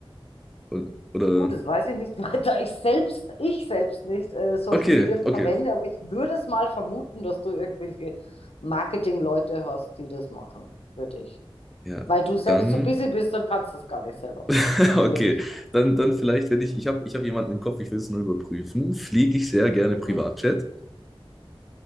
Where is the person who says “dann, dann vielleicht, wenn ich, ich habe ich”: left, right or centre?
Centre